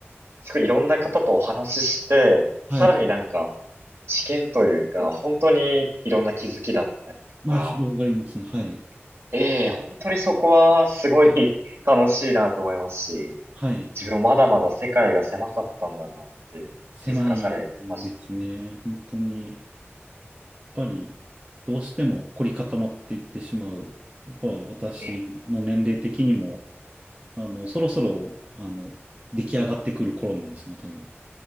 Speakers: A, on the right; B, on the right.
A: すごいいろんな方とお話しして、
B: はい、
A: さらになんか、知見というか、本当にいろんな気づきだったりとか、
B: まあ広がりますね、はい、
A: ええ、本当にそこはすごい <laughs> 楽しいなと思いますし、
B: はい、
A: 自分まだまだ世界が狭かったんだなっていうふうに気づかされました。
B: 狭いですね、本当に。ぱりどうしても凝り固まっていってしまう。やっぱ私の年齢的にも、
A: ええ、
B: あの、そろそろ、あの、出来上がってくる頃なんですよね、多分。